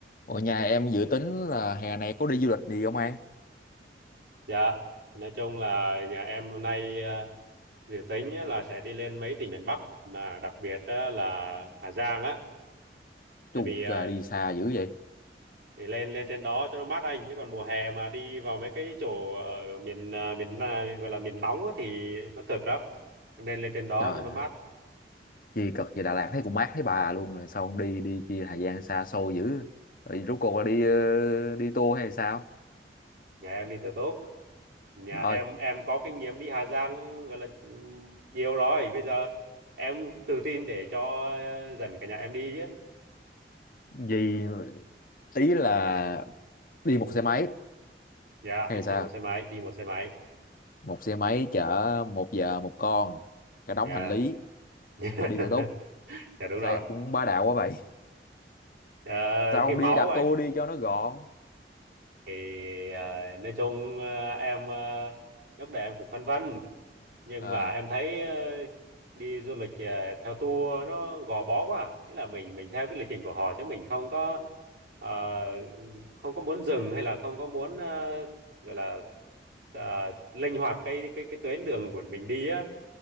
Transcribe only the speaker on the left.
Ở nhà em dự tính là hè này có đi du lịch gì không An?
Chù
trời đi xa dữ vậy.
Trời
ơi, chi cực về Đà Lạt thấy cũng mát thấy bà luôn rồi sao không đi đi chi thời gian xa xôi dữ. Rồi rốt cuộc là đi ờ, đi tour hay sao?
Trời
ơi,
gì tí là đi một xe máy
hay
sao?
Một xe máy chở một giờ một con cả đống
hành lý
mà đi tự túc.
Sao
em cũng bá đạo quá vậy?
Sao
không
đi đặt
tour đi cho nó gọn?
À,